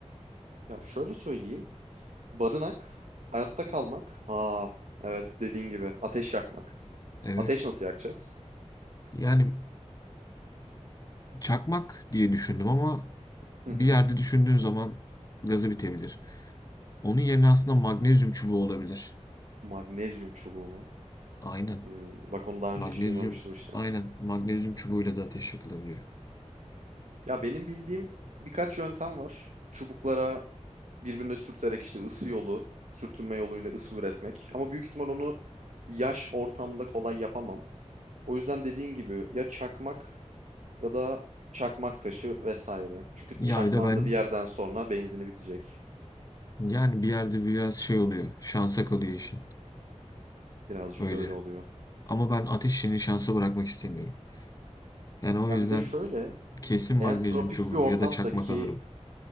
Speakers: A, on the right (about 75°); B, on the left (about 30°).
A: Ya şöyle söyleyeyim. Barınak, hayatta kalmak. Aa, evet dediğin gibi ateş yakmak.
B: Evet.
A: Ateş nasıl yakacağız?
B: Yani Çakmak diye düşündüm ama
A: Hı
B: bir
A: hı.
B: yerde düşündüğün zaman gazı bitebilir. Onun yerine aslında magnezyum çubuğu olabilir.
A: Magnezyum çubuğu mu?
B: Aynen.
A: Hmm, Bak onu daha
B: Magnezyum,
A: önce hiç duymamıştım işte.
B: aynen. Magnezyum çubuğuyla da ateş yakılabiliyor.
A: Ya benim bildiğim birkaç yöntem var. Çubuklara birbirine sürterek işte ısı yolu, sürtünme yoluyla ısı üretmek. Ama büyük ihtimal onu yaş ortamda kolay yapamam. O yüzden dediğin gibi ya çakmak Ya da çakmak taşı vesaire. Çünkü
B: Ya
A: çakmağın
B: bir de ben
A: da bir yerden sonra benzini bitecek.
B: yani bir yerde biraz şey oluyor. Şansa kalıyor
A: Hmm,
B: işin.
A: birazcık
B: Öyle.
A: öyle oluyor.
B: Ama ben ateş işini şansa bırakmak istemiyorum. Yani o
A: Ya
B: yüzden
A: bir de şöyle,
B: kesin
A: eğer
B: magnezyum
A: tropik
B: çubuğu
A: bir ortamsa
B: ya da çakmak
A: ki
B: alırım.